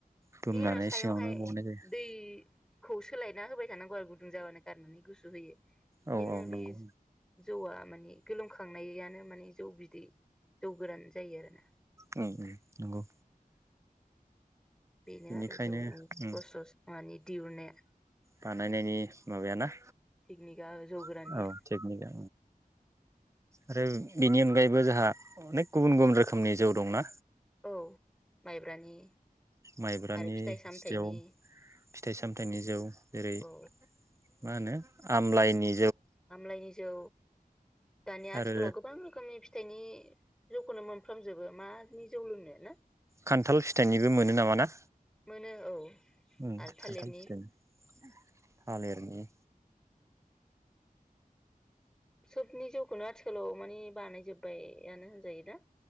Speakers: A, on the right; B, in the centre.
A: दुमनानै
B: बिनि उनाव सायावहाय
A: सिङावनो बहननाय जायो
B: दैखौ सोलायना होबाय थानांगौ आरो गुदुं जाबानो गारनानै गुसु होयो बिदिनो
A: औ औ
B: बे
A: नंगौ
B: जौआ माने गोलोमखांनायानो माने जौ बिदै जौ गोरान जायो आरो ना
A: नै नै नंगौ
B: बेनो
A: बेनिखायनो
B: आरो जौ <unintelligible>
A: उम
B: नि दिहुननाया
A: बानायनायनि माबायाना
B: थिकनिका जौ गोराननिया
A: औ टेकनिकआ आरो बेनि अनगायैबो जोंहा अनेक गुबुन गुबुन रोखोमनि जौ दंना
B: औ माइब्रानि
A: माइब्रानि
B: आरो फिथाइ सामथाइनि
A: जौ फिथाइ सामथाइनि जौ जेरै
B: औ
A: मा होनो आमलायनि
B: आमलायनि जौ दानिया आथिखालाव
A: आरो
B: गोबां रोखोमनि फि फिथाइनि जौखौनो मोनफ्रामजोबो मानि जौ लोंनो ना
A: खान्थाल फिथाइनिबो मोनो नामा ना
B: मोनो औ
A: ओम
B: आरो थालिरनि
A: खान्थाल फिथाइनि थालिरनि
B: सोबनि जौखौनो आथिखालाव मानि बानायजोब्बायानो होनजायो ना